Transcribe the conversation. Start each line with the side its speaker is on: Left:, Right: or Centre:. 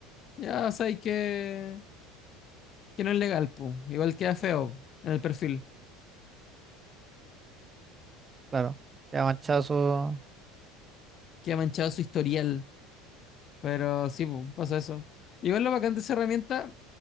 Left: ya sabéis que, que no es legal, po. Igual queda feo en el perfil.
Right: Claro, ya manchazo.
Left: Queda manchado su historial. Pero sí, pu, pasa eso. Igual lo bacán de esa herramienta,